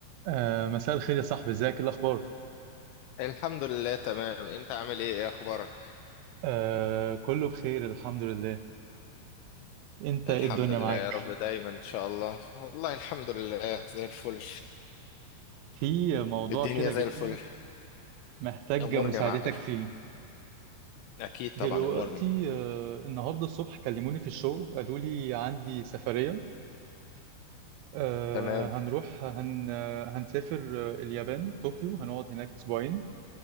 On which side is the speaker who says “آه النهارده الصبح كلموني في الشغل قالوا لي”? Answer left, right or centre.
Right